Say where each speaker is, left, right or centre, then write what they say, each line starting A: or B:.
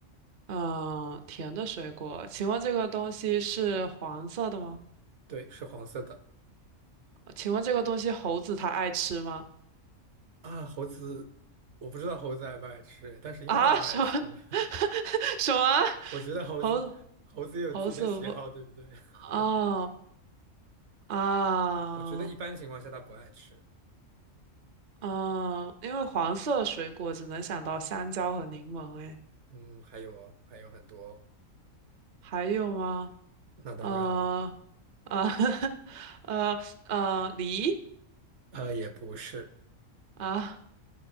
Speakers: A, on the right; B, on the right.
A: 嗯，甜的水果，请问这个东西是黄色的吗？
B: 对，是黄色的。
A: 请问这个东西猴子它爱吃吗？
B: 啊，猴子，我不知道猴子爱不爱吃，但是应该不爱吃。
A: 啊，什么 <laughs> 什么？
B: <laughs> 我觉得猴子，
A: 猴子
B: 猴子也有自己的喜好，
A: 猴子不？
B: 对不对？
A: 哦
B: <laughs>
A: 啊
B: 我觉得一般情况下它不爱吃。
A: 嗯，因为黄色水果只能想到香蕉和柠檬，诶，
B: 嗯，还有哦还有很多，
A: 还有吗？
B: 那当然了，
A: 呃呃 <laughs> 呃呃，梨
B: 呃，也不是，
A: 啊，